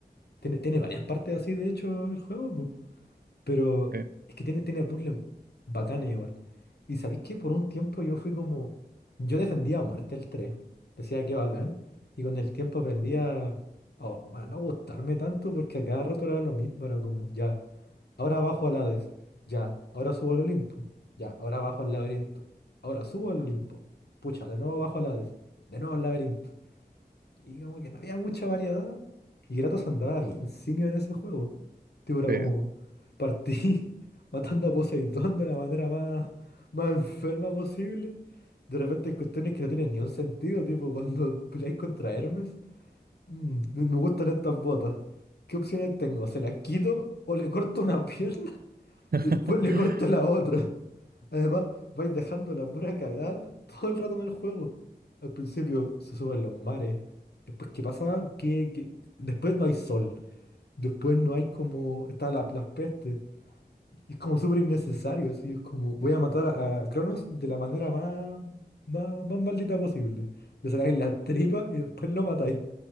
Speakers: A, on the left; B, on the right.
A: Tiene, tiene varias partes así, de hecho, el juego, po. Pero
B: eh,
A: es que tiene, tiene puzzles bacanes igual. Y sabéis que por un tiempo yo fui como. Yo defendía a muerte el 3 Decía que bacán. Y con el tiempo aprendí a, a- a no gustarme tanto porque a cada rato era lo mismo. Era como, ya, ahora bajo al Hades. Ya, ahora subo al Olimpo. Ya, ahora bajo al laberinto. Ahora subo al Olimpo. Pucha, de nuevo bajo al Hades. De nuevo al laberinto. Y como que no había mucha variedad. Y Kratos andaba bien simio en ese juego. Tipo, era
B: sí.
A: como partí <laughs> matando a Poseidón de la manera más, más enferma posible. De repente hay cuestiones que no tienen ni un sentido, tipo cuando <laughs> peleáis contra Hermes. "Mm, me me gustan estas botas. ¿Qué opciones tengo? ¿Se las quito o le corto una <laughs> pierna
B: <laughs>
A: y después le corto la otra? Además, vais dejando la pura cagada todo el rato en el juego. Al principio se suben los mares. Después, ¿qué pasa? Que, que- Después no hay sol. Después no hay como... Está la, las pestes. Y es como súper innecesario. Así es como... Voy a matar a, a Cronos de la manera más, más... Más maldita posible. Le sacáis la tripa y después lo matáis.